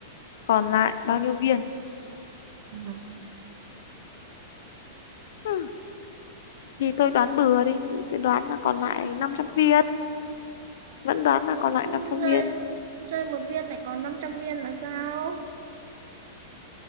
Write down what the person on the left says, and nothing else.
còn lại bao nhiêu viên?
Ừ, thì tôi đoán bừa đi, tôi đoán là còn lại 500 viên. Vẫn đoán là
còn lại
500
viên.